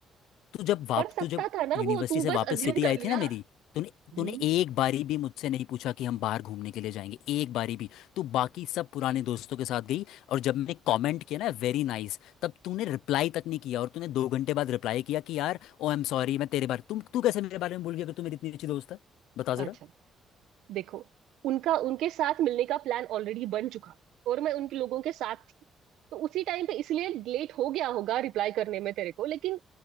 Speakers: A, on the left (about 90°); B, on the right (about 85°).
A: तू जब वाप
B: कर सकता
A: तू जब
B: था ना
A: यूनिवर्सिटी
B: वो तू
A: से वापस
B: बस अज्यूम
A: सिटी आई
B: कर लिया
A: थी ना मेरी तूने
B: हम्म
A: तूने एक बारी भी मुझसे नहीं पूछा कि हम बाहर घूमने के लिए जाएंगे एक बारी भी तू बाकी सब पुराने दोस्तों के साथ गई और जब मैंने कमेंट किया ना वेरी नाइस तब तूने रिप्लाई तक नहीं किया और तूने दो घंटे बाद रिप्लाई किया कि यार ओ आई एम सॉरी मैं तेरे बारे तुम तू कैसे मेरे बारे में भूल गया अगर तू मेरी इतनी अच्छी दोस्त है बता जरा
B: अच्छा देखो उनका उनके साथ मिलने का प्लान ऑलरेडी बन चुका और मैं उनके लोगों के साथ थी तो उसी टाइम पे इसलिए लेट हो गया होगा रिप्लाई करने में तेरे को लेकिन